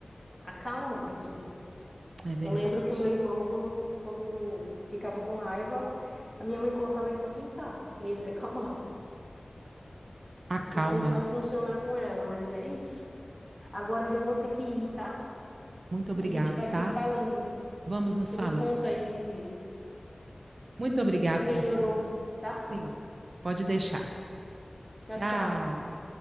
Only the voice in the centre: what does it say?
Acalma a pintura.
Eu lembro que meu irmão, quando, quando ficava com raiva, a minha mãe colocava ele para pintar e ele se acalmava.
Não sei se vai funcionar com ela, mas é isso. Agora eu já vou ter que ir, tá?
A gente vai
se falando.
E tu
me conta aí se,
se melhorou,
tá?
Tchau,
tchau.